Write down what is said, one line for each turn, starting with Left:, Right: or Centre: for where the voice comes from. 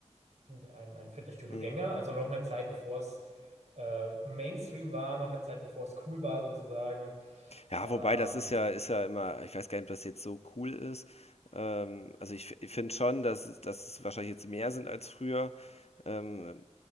Right: ein, ein Fitnessstudio-Gänger.
Left: mhm.
Right: Also noch eine Zeit, bevor es äh, Mainstream war, noch eine Zeit, bevor es cool war sozusagen.
Left: Ja,
Right: Ähm,
Left: wobei das ist ja ist ja immer ich weiß gar nicht, ob das jetzt so cool ist. Ähm, also ich f ich finde schon, dass es dass es wahrscheinlich jetzt mehr sind als früher. Ähm,